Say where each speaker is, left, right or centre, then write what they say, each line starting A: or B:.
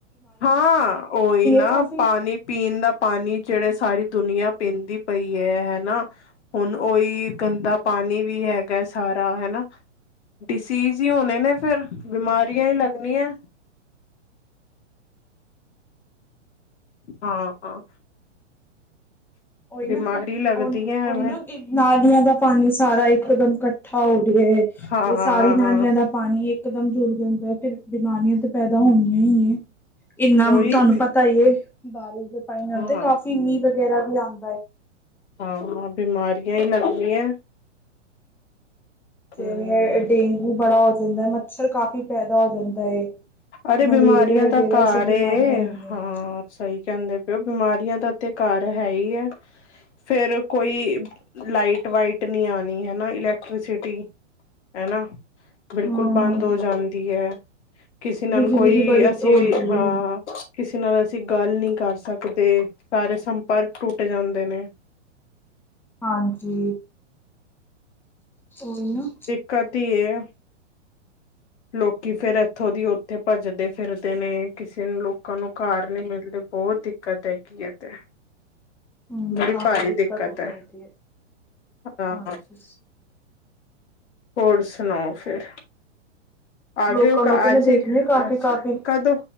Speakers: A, on the left (about 65°); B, in the centre.
A: ਹਾਂ ਉਹ ਹੀ ਨਾ
B: ਕਾਫ਼ੀ
A: ਪਾਣੀ ਪੀਣ ਦਾ ਪਾਣੀ ਜਿਹੜੇ ਸਾਰੀ ਦੁਨੀਆਂ ਪੀਂਦੀ ਪਈ ਹੈ ਹਨਾ ਹੁਣ ਓਹੀ ਗੰਦਾ ਪਾਣੀ ਵੀ ਹੈਗਾ ਸਾਰਾ ਹਨਾ। ਡਿਸੀਜ਼ ਹੀ ਹੋਣੇ ਨੇ ਫੇਰ ਬਿਮਾਰੀਆਂ ਹੀ ਲੱਗਣੀਆਂ। ਹਾਂ-ਹਾਂ
B: ਉਹੀ ਨਾ
A: ਬਿਮਾਰੀ
B: ਫਿਰ
A: ਲੱਗਦੀਆਂ
B: ਉਹੀ
A: ਐਵੇਂ।
B: ਨਾ ਨਾਲੀਆਂ ਦਾ ਪਾਣੀ ਸਾਰਾ ਇਕਦਮ ਇਕੱਠਾ ਹੋ ਰਿਹਾ ਹੈ
A: ਹਾਂ
B: ਤੇ ਸਾਰੀ ਨਾਲੀਆਂ ਦਾ ਪਾਣੀ ਇਕਦਮ ਜੁੜ ਜਾਂਦਾ ਫਿਰ ਬਿਮਾਰੀਆਂ ਤੇ ਪੈਦਾ ਹੋਣੀਆਂ ਹ ਏ। ਇੰਨਾ
A: ਉਹੀ
B: ਤੁਹਾਨੂੰ
A: ਬਿ-
B: ਪਤਾ ਈ ਹੈ ਬਾਰਿਸ਼ ਦੇ ਪਾਣੀ ਨਾਲ
A: ਹਾਂ
B: ਤੇ ਕਾਫੀ ਮੀਂਹ ਵਗੈਰਾ ਵੀ ਆਉ
A: ਹਾਂ ਬਿਮਾਰੀਆਂ ਹੀ ਲੱਗਣੀਆਂ।
B: ਜਿਵੇਂ
A: ਹਮ
B: ਡੇਂਗੂ ਬੜਾ ਹੋ ਜਾਂਦਾ ਮੱਛਰ ਕਾਫ਼ੀ ਪੈਦਾ ਹੋ ਜਾਂਦਾ ਹੈ।
A: ਅਰੇ ਬਿਮਾਰੀਆਂ
B: ਮਲੇਰੀਆ ਵਗੈਰਾ
A: ਦਾ ਘਰ
B: ਸਭ ਬਿਮਾਰੀਆਂ
A: ਏ
B: ਹੁੰਦੀਆਂ ਹੈ।
A: ਸਹੀ ਕਹਿੰਦੇ ਬਿਮਾਰੀਆਂ ਦਾ ਤੇ ਘਰ ਹੈ ਹੀ ਹੈ ਫੇਰ ਕੋਈ ਲਾਈਟ ਵਾਈਟ ਨੀ ਆਣੀ ਹਨਾ ਇਲੈਕਟ੍ਰੀਸਿਟੀ ਹਨਾ। ਬਿਲਕੁਲ
B: ਹਾਂ
A: ਬੰਦ ਹੋ ਜਾਂਦੀ ਹੈ ਕਿਸੇ ਨਾਲ
B: ਬਿਜਲੀ
A: ਕੋਈ
B: ਦੀ ਬੜੀ
A: ਅਸੀਂ
B: ਹੁੰਦੀ
A: ਹਾਂ
B: ਹੈ
A: ਕਿਸੇ ਨਾਲ ਅਸੀਂ ਗੱਲ ਨੀ ਕਰ ਸਕਦੇ ਸਾਰੇ ਸੰਪਰਕ ਟੁੱਟ ਜਾਂਦੇ ਨੇ।
B: ਹਾਂਜੀ ਉਹੀ ਨਾ।
A: ਕਦੀ ਹੈ। ਲੋਕੀ ਫੇਰ ਇੱਥੋਂ ਦੀ ਉੱਥੇ ਭੱਜਦੇ ਫਿਰਦੇ ਨੇ ਕਿਸੇ ਨੂੰ ਲੋਕਾਂ ਨੂੰ ਘਰ ਨੀ ਮਿਲਦੇ ਬਹੁਤ ਦਿੱਕ ਦਿੱਕਤ ਏ ਕੀ ਏ ਤੇ।
B: ਹਮ
A: ਬੜੀ
B: ਕਾਫ਼ੀ
A: ਭਾਰੀ ਦਿੱਕਤ
B: ਹੋ
A: ਹੈ
B: ਜਾਂਦੀ
A: ਹਾਂ
B: ਹਾਂਜੀ
A: ਹੋਰ ਸੁਣਾਓ ਫੇਰ। ਆਗੇ
B: ਲੋਕਾਂ
A: ਹੋ
B: ਨੂੰ
A: ਕ
B: ਤੇ
A: ਅਜ
B: ਮੈਂ ਦੇਖਣੀ
A: ਹੀ
B: ਆ ਕਾਫੀ
A: ਅੱਛਾ
B: ਕਾਫੀ
A: ਕਦੋ।